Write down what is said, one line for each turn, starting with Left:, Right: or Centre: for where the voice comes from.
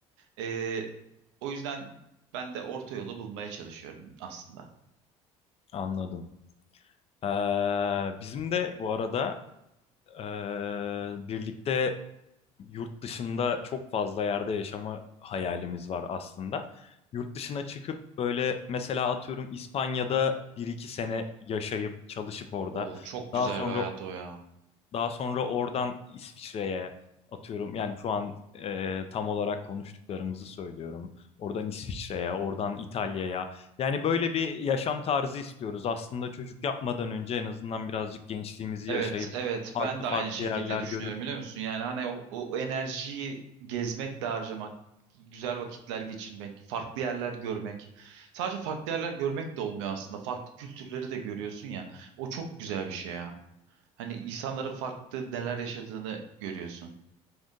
Right: E, o yüzden ben de orta yolu bulmaya çalışıyorum aslında.
Left: anladım. Ee, bizim de bu arada ee, birlikte yurt dışında çok fazla yerde yaşama hayalimiz var aslında. Yurt dışına çıkıp böyle mesela atıyorum İspanya'da bir iki sene yaşayıp çalışıp orada.
Right: O çok güzel
Left: Daha sonra
Right: bir hayat o ya.
Left: Daha sonra oradan İsviçre'ye atıyorum. Yani şu an e, tam olarak konuştuklarımızı söylüyorum. Oradan İsviçre'ye, oradan İtalya'ya. Yani böyle bir yaşam tarzı istiyoruz. Aslında çocuk yapmadan önce en azından birazcık gençliğimizi
Right: Evet,
Left: yaşayıp
Right: evet.
Left: farklı
Right: Ben de
Left: farklı
Right: aynı şekilde
Left: yerler
Right: düşünüyorum
Left: görüp.
Right: biliyor musun? Yani hani o, o enerjiyi gezmek de harcamak, güzel vakitler geçirmek, farklı yerler görmek. Sadece farklı yerler görmek de olmuyor aslında. Farklı kültürleri de görüyorsun ya. O çok güzel bir şey ya. Hani insanların farklı neler yaşadığını görüyorsun.